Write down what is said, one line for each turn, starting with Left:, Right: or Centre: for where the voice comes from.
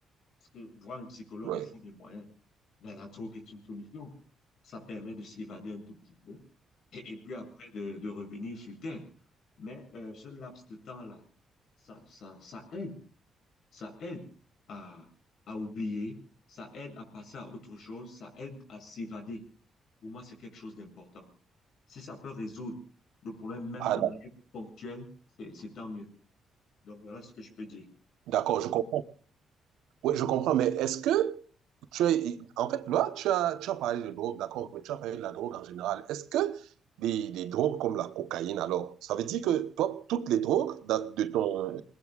Left: Parce que voir un psychologue,
Right: oui.
Left: il faut des moyens. Ben, la drogue est une solution. Ça permet de s'évader un tout petit peu et, et puis après de, de revenir sur Terre. Mais euh, ce laps de temps-là, ça, ça, ça aide. Ça aide à, à oublier, ça aide à passer à autre chose, ça aide à s'évader. Pour moi, c'est quelque chose d'important. Si ça peut résoudre le problème même
Right: Ah,
Left: de manière ponctuelle, c'est c'est tant mieux. Donc voilà ce que je peux dire.
Right: d'accord, je comprends. Oui, je comprends, mais est-ce que Tu es- en fait, là, tu as, tu as parlé de drogue, d'accord, mais tu as parlé de la drogue en général. Est-ce que des, des drogues comme la cocaïne, alors, ça veut dire que toi, toutes les drogues, d'a- de ton,